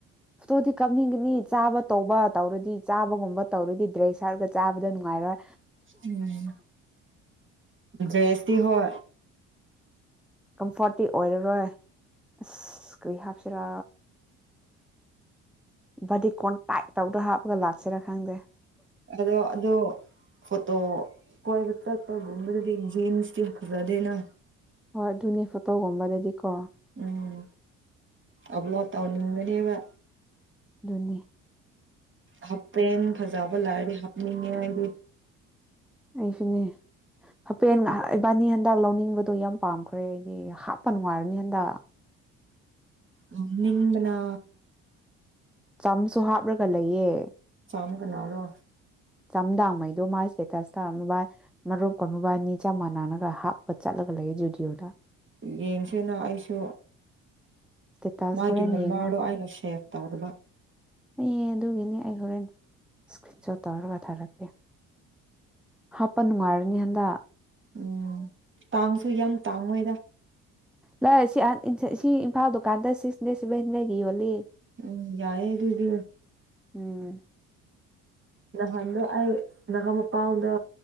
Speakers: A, in the centre; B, on the right.
A: ꯐꯇꯣꯗꯤ ꯀꯥꯞꯅꯤꯡꯒꯅꯤ ꯆꯥꯕ ꯇꯧꯕ ꯇꯧꯔꯗꯤ ꯆꯥꯕꯒꯨꯝꯕ ꯇꯧꯔꯗꯤ ꯗ꯭ꯔꯦꯁ ꯍꯥꯏꯔꯒ ꯆꯥꯕꯗ ꯅꯨꯡꯉꯥꯏꯔꯣꯏ
B: ꯎꯝ ꯗ꯭ꯔꯦꯁꯤ ꯍꯣꯏ
A: ꯀꯝꯐꯣꯔꯠꯇꯤ ꯑꯣꯏꯔꯔꯣꯏ ꯑꯁ ꯀ꯭ꯔꯤ ꯍꯥꯞꯁꯤꯔ ꯚꯗꯤ ꯀꯣꯟꯇꯥꯏ ꯇꯧꯗ ꯍꯥꯞꯄꯒ ꯂꯥꯛꯁꯤꯔꯥ ꯈꯪꯗꯦ
B: ꯑꯗꯣ ꯑꯗꯣ ꯐꯣꯇꯣ ꯀꯣꯏꯕ ꯇꯠꯄꯒꯨꯝꯕꯗꯗꯤ ꯖꯤꯟꯁꯇ ꯌꯥꯝ ꯐꯖꯗꯦꯅ
A: ꯍꯣꯏ ꯑꯗꯨꯅꯦ ꯐꯣꯇꯣꯒꯨꯝꯕꯗꯗꯤ ꯀꯣ
B: ꯎꯝ ꯑꯞꯂꯣꯗ ꯇꯧꯅꯤꯡꯒꯅꯦꯕ
A: ꯑꯗꯨꯅꯤ
B: ꯍꯥꯞꯄꯦꯅ ꯐꯖꯕ ꯂꯥꯛꯗꯤ ꯍꯥꯞꯅꯤꯡꯉꯦ ꯍꯥꯏꯗꯤ
A: ꯑꯩꯁꯨꯅꯦ ꯍꯥꯏꯄꯦꯟ ꯏꯕꯥꯅꯤ ꯍꯟꯗꯛ ꯂꯧꯅꯤꯡꯕꯗꯣ ꯌꯥꯝ ꯄꯥꯝꯈ꯭ꯔꯦ ꯑꯩꯗꯤ ꯍꯥꯞꯄ ꯅꯨꯡꯉꯥꯏꯔꯅꯤ ꯍꯟꯗꯛ
B: ꯎ ꯅꯤꯡꯝꯕꯅ
A: ꯆꯝꯁꯨ ꯍꯥꯞꯂꯒ ꯂꯩꯌꯦ
B: ꯀꯝ ꯀꯅꯥ ꯂꯣ
A: ꯆꯝꯗꯥꯡꯉꯩꯗꯣ ꯃꯥꯁ ꯁ ꯃꯔꯨꯞ ꯑꯩꯣꯏ ꯃꯕꯥꯅꯤ ꯆꯞ ꯃꯥꯟꯅꯒ ꯍꯥꯞ ꯀ ꯆꯂꯣ ꯀꯧꯕ ꯌꯨꯗꯤꯑꯣꯗ
B: ꯌꯦꯡꯁꯤꯅ ꯑꯩꯁꯨ
A: ꯏꯁꯇꯦꯇꯥꯁ
B: ꯃꯥꯒꯤ
A: ꯍꯣꯔꯦꯟ
B: ꯅꯝꯕꯔꯗꯣ
A: ꯌꯦꯡꯉꯣ
B: ꯑꯩꯅ ꯁꯦꯚ ꯇꯧꯔꯕ
A: ꯑꯦ ꯑꯗꯨꯒꯤꯅꯤ ꯑꯩ ꯍꯣꯔꯦꯟ ꯏꯁꯀ꯭ꯔꯤꯟ ꯁꯣꯠ ꯇꯧꯔꯒ ꯊꯥꯔꯛꯀꯦ ꯍꯥꯞꯄ ꯅꯨꯡꯉꯥꯏꯔꯅꯤ ꯍꯟꯗꯛ
B: ꯎꯝ ꯇꯥꯡꯁꯨ ꯌꯥꯝ ꯇꯥꯡꯉꯣꯏꯗ
A: ꯂꯦ ꯁꯤ ꯁꯤ ꯏꯝꯐꯥꯜ ꯗꯨꯀꯥꯟꯗ ꯁꯤꯛꯁꯅꯦ ꯁꯚꯦꯟꯅꯦꯒꯤ ꯌꯣꯜꯂꯤ
B: ꯎꯝ ꯌꯥꯏꯦ ꯑꯗꯨꯗꯤ
A: ꯎꯝ
B: ꯅꯍꯥꯟꯗꯣ ꯑꯩ ꯒꯥ ꯃꯄꯜꯗ